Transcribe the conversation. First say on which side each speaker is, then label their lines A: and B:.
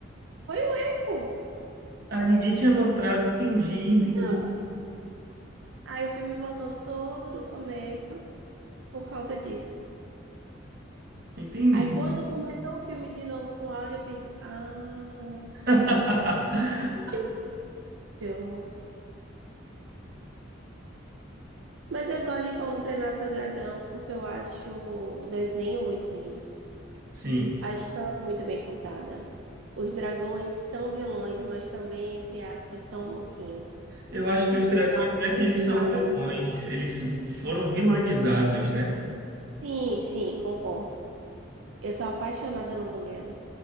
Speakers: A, on the right; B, on the right.
A: foi um erro.
B: Ah, ninguém tinha notado. Entendi, entendi,
A: Não. Aí o filme voltou todo do começo por causa disso.
B: entendi.
A: Aí quando começou o filme de novo com áudio, eu fiz, ah,
B: <laughs>
A: verdade. Mas eu gosto de Como Treinar Seu Dragão, porque eu acho o desenho muito bonito,
B: Sim,
A: a história é muito bem contada. Os dragões são vilões, mas também, entre aspas, são mocinhos.
B: eu acho que os
A: Eu
B: dragões
A: sou
B: não é que
A: apaixonada
B: eles são vilões,
A: no...
B: eles foram vilanizados, né?
A: Sim, sim, concordo. Eu sou apaixonada no Banguela.